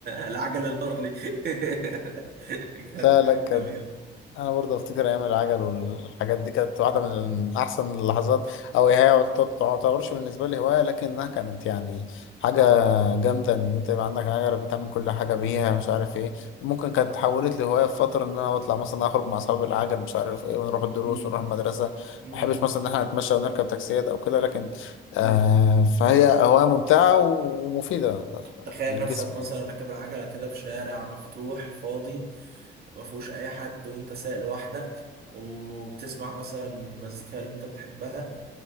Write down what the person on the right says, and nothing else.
العجل الهارلي <laughs> كانت
حاجة
جميلة
مم.
مم.
مم.
تخيل
نفسك مثلا
راكب العجلة كده في شارع مفتوح فاضي ما فيهوش أي حد وأنت سايق لوحدك وبتسمع مثلا المزيكا اللي أنت بتحبها